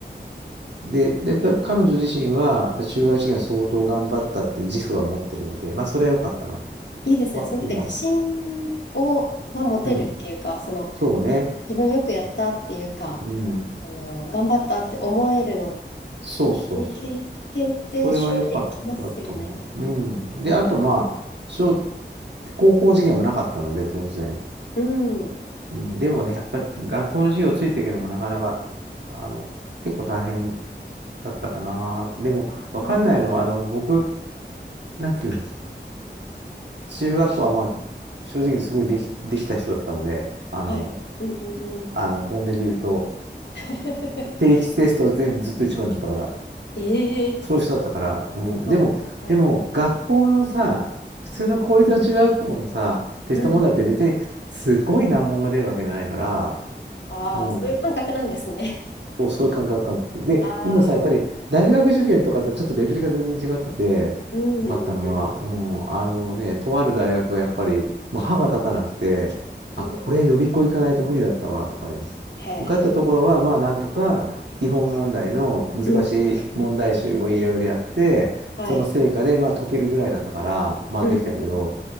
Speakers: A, on the right (about 75°); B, on the left (about 75°).
A: で、で、やっぱ彼女自身は、
B: ん。え、
A: やっぱ中学受験は相当頑張ったっていう自負は持ってるので、まあ、それは良かったなと
B: いいですね。
A: は思います。
B: そのなんか自信を、が持てるっていうか、
A: うん
B: その
A: そうね。
B: 自分よくやったっていうか、
A: うん。
B: あの、頑張ったって思えるのっ
A: そうそうそうそう。
B: て経験って将来生きますよね。
A: それは良かったと思う。うん。で、あとまあ、小、高校受験はなかったので、当然。
B: うん。う
A: うん。でもね、やっぱり学校の授業ついてるけども、なかなか、あの、結構大変だったかな。でも、わかんないのは、
B: ん
A: あの、僕、なんていうの、中学校はまあ、正直すごいでき、できた人だったので、あの、
B: はい。うんうんうん。
A: あの、本音で言うと、
B: <laughs>
A: 定期テスト全部ずっと一番だったから、
B: ええ
A: そういう人だったから。うん。
B: すごい。
A: でも、
B: はい。
A: でも、学校のさ、普通の公立の中学校のさ、テスト問題って別にすごい難問が出るわけじゃないから、
B: うん。ああ、
A: うん。
B: そういう感覚なんですね。
A: もうそういう感覚、感覚。で、
B: <laughs> ああ、
A: でもさ、やっぱり大学受験とかとちょっとレベルが全然違ってて、
B: うんうんう
A: 分かったのは、うん、あのね、とある大学はやっぱり、まあ、歯が立たなくて、あ、
B: ん。
A: これ予備校行かないと無理だったわ、
B: うん。
A: とかね。
B: へえ。
A: 受かったところは、まあ、なんとか、基本問題の難しい問題集をいろいろやって、
B: うん。はい。
A: その成果で、まあ、解けるぐらいだったから、まあ、
B: うんうん。
A: できたけど、